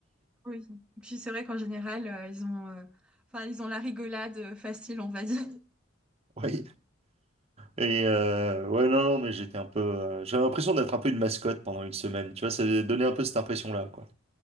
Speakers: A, in the centre; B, on the right (about 30°).
A: Oui. Puis c'est vrai qu'en général, euh, ils ont, euh, enfin, ils ont la rigolade euh, facile, on va dire.
B: <laughs> Oui. Et euh, ouais, non, non, mais j'étais un peu, euh, j'avais l'impression d'être un peu une mascotte pendant une semaine. Tu vois, ça donnait un peu cette impression-là, quoi.